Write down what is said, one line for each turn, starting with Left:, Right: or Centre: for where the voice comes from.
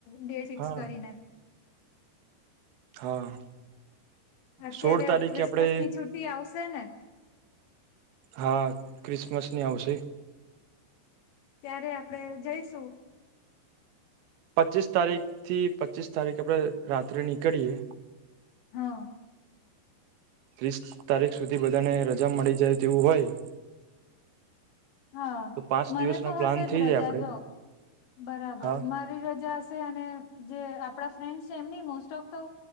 Left: ડેટ ફિક્સ
Right: હા
Left: કરીને.
Right: હા.
Left: અત્યારે
Right: સોળ તારીખે
Left: ક્રિસમસ
Right: આપણે
Left: ની છુટી આવશે ને.
Right: હા ક્રિસમસ ની આવશે.
Left: ત્યારે આપડે જઈશું
Right: પચીસ તારીખથી પચીસ તારીખ આપડે રાત્રે નીકળીયે.
Left: હા.
Right: ત્રીસ તારીખ સુધી બધાને રજા મળી જાય તેવું હોય.
Left: હા
Right: તો પાંચ
Left: મને
Right: દિવસનો
Left: તો હશે
Right: પ્લાન થઈ
Left: જ રજા
Right: જાય આપડે
Left: જો. બરાબર
Right: હા
Left: મારી રજા હશે અને જે આપડા ફ્રેન્ડ છે એમની મોસ્ટ ઓફ તો